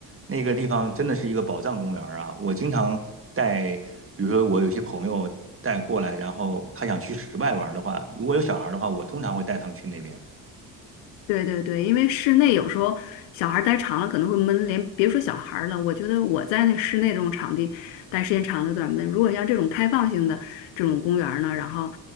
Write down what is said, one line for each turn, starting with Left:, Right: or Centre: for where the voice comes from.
Right: 那个地方真的是一个宝藏公园儿啊！我经常带，比如说我有些朋友带过来，然后他想去室外玩儿的话，如果有小孩儿的话，我通常会带他们去那边。
Left: 对对对，因为室内有时候小孩儿待长了可能会闷，连别说小孩儿了，我觉得我在那室内这种场地待时间长了有点儿闷。如果像这种开放性的这种公园儿呢，然后